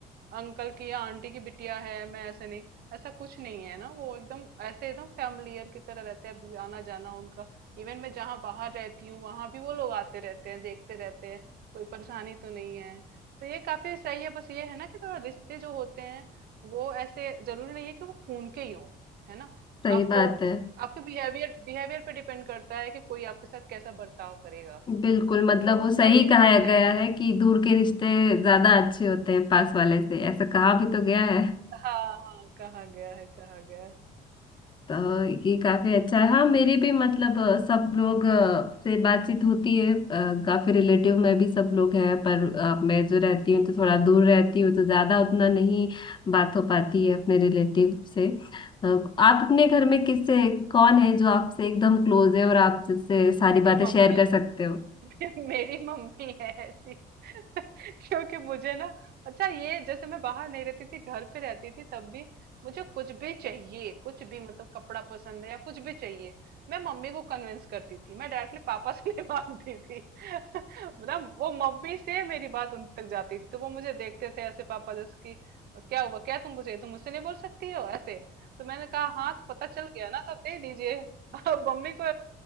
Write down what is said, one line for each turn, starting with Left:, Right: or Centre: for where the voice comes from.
Right: अंकल की या आंटी की बिटिया है मैं ऐसे नहीं ऐसा कुछ नहीं है ना वो एकदम ऐसे एकदम फैमिलियर की तरह रहते हैं अभी आना जाना उनका इवन मैं जहाँ बाहर रहती हूँ वहां भी वो लोग आते रहते हैं देखते रहते हैं कोई परेशानी तो नहीं है तो ये काफी सही है बस ये है ना कि थोड़ा रिश्ते जो होते हैं वो ऐसे जरूरी नहीं है कि वो खून के ही हो है ना
Left: सही
Right: आप
Left: बात
Right: आपके
Left: है
Right: बिहेवियर बिहेवियर पे डिपेंड करता है कि कोई आपके साथ कैसा बर्ताव करेगा
Left: बिल्कुल मतलब
Right: तो वो
Left: वो सही
Right: सही
Left: कहा
Right: चीजें
Left: गया
Right: हैं
Left: है कि दूर के रिश्ते ज्यादा अच्छे होते हैं पास वाले से ऐसा कहा भी तो गया है
Right: हाँ हाँ कहा गया है कहा गया है
Left: तो ये काफी अच्छा है हाँ मेरी भी मतलब अ, सब लोग अ, से बातचीत होती है अ, काफी रिलेटिव में भी सब लोग हैं पर अ, मैं जो रहती हूँ
Right: हम्म
Left: तो थोड़ा दूर रहती हूँ तो ज्यादा उतना नहीं बात हो पाती है अपने रिलेटिव से अ, आप अपने घर में किससे कौन है जो आपसे एकदम क्लोज है और आप जिससे सारी
Right: मेरी
Left: बातें
Right: मम्मी
Left: शेयर कर सकते हो
Right: <laughs> मेरी मम्मी है ऐसी <laughs> क्योंकि मुझे ना अच्छा ये जैसे मैं बाहर नहीं रहती थी घर पे रहती थी तब भी मुझे कुछ भी चाहिए कुछ भी मतलब कपड़ा पसंद है या कुछ भी चाहिए मैं मम्मी को कन्विंस करती थी मैं डायरेक्टली पापा से नहीं <laughs> मांगती थी <laughs> मतलब वो मम्मी से मेरी बात उन तक जाती थी तो वो मुझे देखते थे ऐसे पापा जैसे कि क्या हुआ क्या तुमको चाहिए तुम मुझसे नहीं बोल सकती हो ऐसे तो मैंने कहा हाँ तो पता चल गया ना तब दे दीजिए <laughs> अब मम्मी को